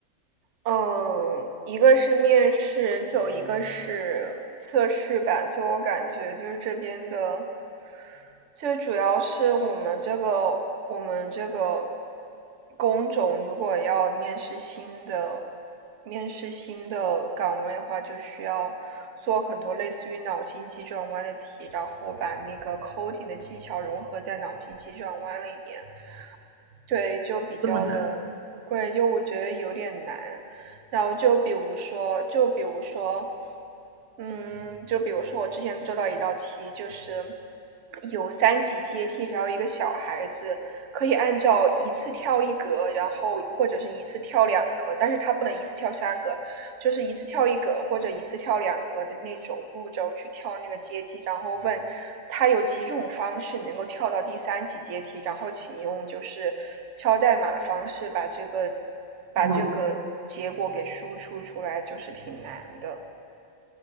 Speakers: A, on the right; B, on the right.
A: 嗯，一个是面试，就一个是测试吧。就我感觉，就是这边的，就主要是我们这个我们这个工种，如果要面试新的面试新的岗位的话，就需要做很多类似于脑筋急转弯的题，然后把那个 coding 的技巧融合在脑筋急转弯里边。对，就比较的贵，
B: 这么难？
A: 就我觉得有点难。然后就比如说，就比如说，嗯，就比如说我之前做到一道题，就是有三级阶梯，然后一个小孩子可以按照一次跳一格，然后或者是一次跳两格，但是他不能一次跳三个，就是一次跳一格或者一次跳两格的那种步骤去跳那个阶梯，然后问他有几种方式能够跳到第三级阶梯，然后请用就是敲代码的方式把这个把这个结果给输出出来，
B: 哇，
A: 就是挺难的。